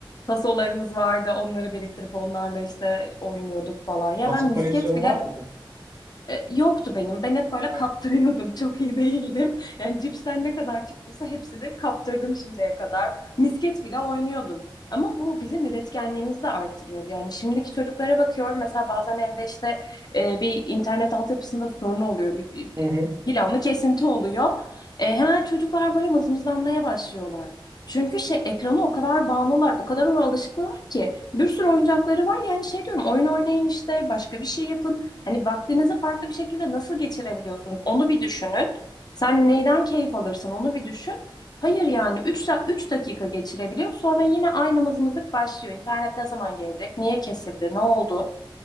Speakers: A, on the left (about 50°); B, on the right (about 35°).
A: Tasolarımız vardı. Onları biriktirip onlarla işte oynuyorduk falan. Ya
B: Taso
A: ben
B: koleksiyonu
A: misket bile
B: var mıydı?
A: e, Yoktu benim. Ben hep böyle
B: Heh.
A: kaptırıyordum. <laughs> Çok iyi değildim. Yani cipsten ne kadar çıktıysa hepsini kaptırdım şimdiye kadar. Misket bile oynuyordum. Ama bu bizim üretkenliğimizi de artırıyordu. Yani şimdiki çocuklara bakıyorum. Mesela bazen evde işte e, bir internet altyapısında sorun oluyor. Bir, bir
B: Hı hı.
A: planlı kesinti oluyor. E, hemen çocuklar böyle mızmızlanmaya başlıyorlar. Çünkü şey ekrana o kadar bağımlılar, o kadar ona alışıklılar ki bir sürü oyuncakları var. Yani şey diyorum oyun oynayın işte başka bir şey yapın. Hani vaktinizi farklı bir şekilde nasıl geçirebiliyorsunuz? Onu bir düşünün. Sen neyden keyif alırsın onu bir düşün. Hayır yani 3 3 dakika geçirebiliyor. Sonra yine aynı mızmızlık başlıyor. İnternet ne zaman gelecek? Niye kesildi? Ne oldu?